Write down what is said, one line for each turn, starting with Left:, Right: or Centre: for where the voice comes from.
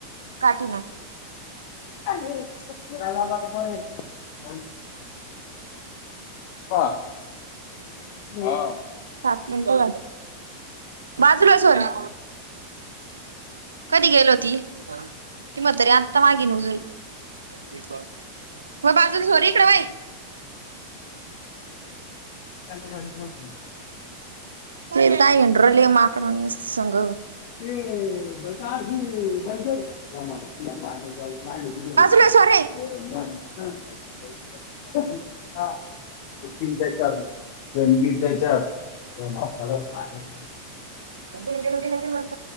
Right: काठी ना.
Left: <inaudible> <inaudible>
Right: सात मिनट बाजूला हो सोऱ्या. कधी गेलो होतीी कि ती म्हातारी अत्ता मागे <unintelligible> हो बाजूरी सोरी इकडं व्हय.
Left: रिकामा ऑडिओ
Right: तें काय हाय न रडली माकडांसन्ग.
Left: <inaudible> हम
Right: बाजूला सोर रे
Left: ह हा. <unintelligible>
Right: <inaudible>